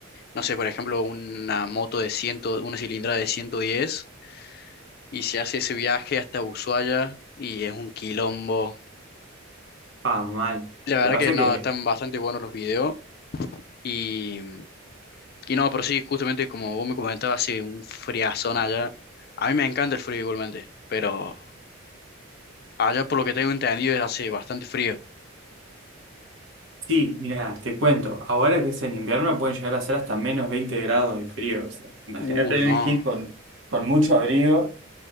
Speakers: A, on the left; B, on the right.
A: no sé, por ejemplo, una moto de 100, una cilindrada de 110 y se hace ese viaje hasta Ushuaia y es un quilombo.
B: Ah, mal.
A: La verdad
B: Lo que pasa
A: que no,
B: que,
A: están bastante buenos los videos. Y, y no, pero sí, justamente como vos me comentabas, hace un friazón allá. A mí me encanta el frío igualmente, pero allá por lo que tengo entendido es hace bastante frío.
B: sí, mira, te cuento. Ahora que es en invierno pueden llegar a ser hasta menos 20 grados de frío. O sea, imagínate
A: Uh,
B: tener
A: no.
B: que ir con, con mucho abrigo.